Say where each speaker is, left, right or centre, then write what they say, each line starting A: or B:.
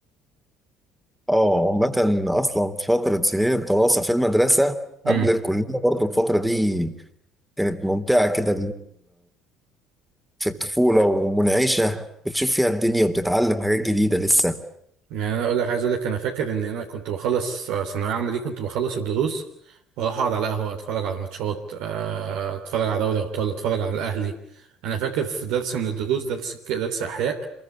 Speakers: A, in the centre; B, on the right (about 70°).
A: اه عامة اصلا في فترة سنين الدراسة في المدرسة
B: امم
A: قبل الكلية برضو الفترة دي كانت ممتعة كده في الطفولة ومنعشة بتشوف فيها الدنيا وبتتعلم حاجات جديدة لسه
B: يعني انا اقول لك عايز اقول لك انا فاكر ان انا كنت بخلص آه، ثانويه عامه دي كنت بخلص الدروس واروح اقعد على القهوه اتفرج على ماتشات آه، اتفرج على دوري ابطال اتفرج على الاهلي انا فاكر في درس من الدروس درس درس احياء